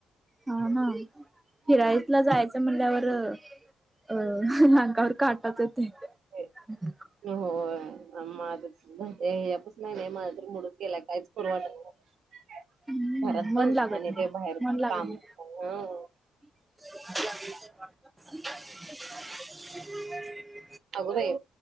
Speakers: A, on the right; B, on the right.
A: हा ना, फिर आय जायचं म्हणल्यावर अंगावर काटाच येतो.
B: ते-
A: <unintelligible>
B: होय. माझच जाऊदे यापासंन आहेने माझं मुडच गेला काहीच करू वाटत नाय.
A: हम्म
B: घरात
A: मन
B: पण
A: लागत
B: आणि
A: नाही
B: ते बाहेर
A: मन
B: पण
A: लागत
B: काम
A: नाही
B: अन्
A: <unintelligible>
B: अगं बाई!